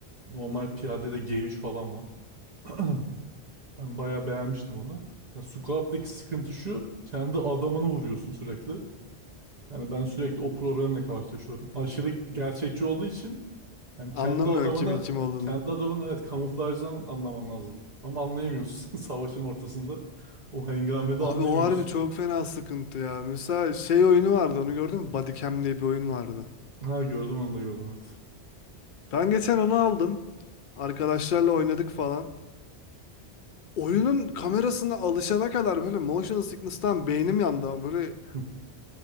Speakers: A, on the right; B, on the left.
A: Normal
B: Hı hı.
A: piyadede G3 falan var. <clears throat> Ben bayağı beğenmiştim onu. Ya Squad'daki sıkıntı şu. Kendi adamını vuruyorsun sürekli. Yani ben sürekli o problemle karşılaşıyorum. Aşırı gerçekçi olduğu için Yani
B: Anlamıyorsun
A: kendi adamını,
B: kimin kim olduğunu.
A: kendi adamını evet kamuflajdan anlaman lazım. Ama anlayamıyorsun <laughs> savaşın ortasında. O hengamede
B: Abi
A: anlayamıyorsun.
B: o harbi çok fena sıkıntı ya. Mesela şey oyunu vardı onu gördün mü? Bodycam diye bir oyun vardı.
A: Ha gördüm onu da gördüm evet.
B: Ben geçen onu aldım. Arkadaşlarla oynadık falan. Oyunun kamerasına alışana kadar böyle motion sickness'tan beynim yandı ama böyle
A: Hı,